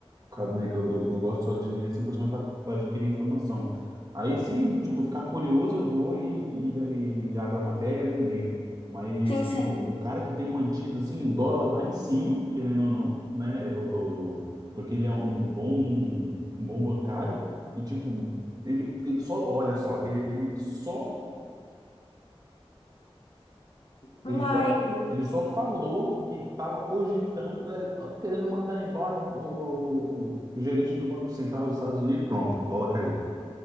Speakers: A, on the right; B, on the left.
A: causa, né, que eu, eu, eu gosto só de ler assim por cima para adquirir informação. Aí se, tipo, ficar curioso, eu vou e, e, e abro a matéria e leio. Mas,
B: Sim, sim.
A: tipo, o cara que tem mantido, assim, o dólar lá em cima, querendo ou não, né, o- o- o- porque ele é um, um bom, um bom bancário e, tipo, ele, ele só, olha só, ele, ele só
B: Mas,
A: Ele só, ele só falou que estava cogitando, eh, tá querendo mandar embora o, o- o gerente do Banco Central dos Estados Unidos. Pronto, o dólar caiu.